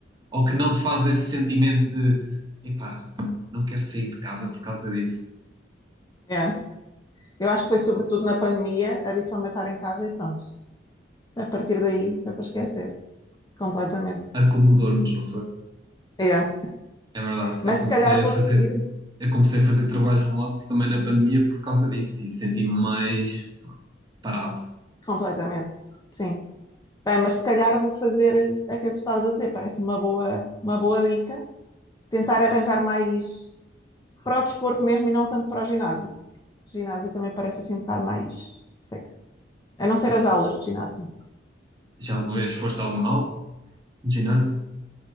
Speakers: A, on the right (about 25°); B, on the left (about 20°).
A: ou que não te faz esse sentimento de, epá, não quero sair de casa por causa disso.
B: é. Eu acho que foi sobretudo na pandemia, habitualmente estar em casa e pronto. A partir daí foi para esquecer completamente.
A: Acomodou-nos, não foi?
B: É.
A: É verdade,
B: Mas
A: eu comecei
B: se calhar
A: a
B: vou
A: fazer,
B: seguir
A: eu comecei a fazer trabalho remoto também na pandemia por causa disso e senti-me mais parado.
B: completamente. Sim. Bem, mas se calhar vou fazer aquilo que tu estavas a dizer, parece-me uma boa, uma boa dica. Tentar arranjar mais para o desporto mesmo e não tanto para o ginásio. O ginásio também parece assim um bocado mais seco. A não ser
A: Pois,
B: as aulas de ginásio.
A: já alguma vez foste a alguma aula de ginásio?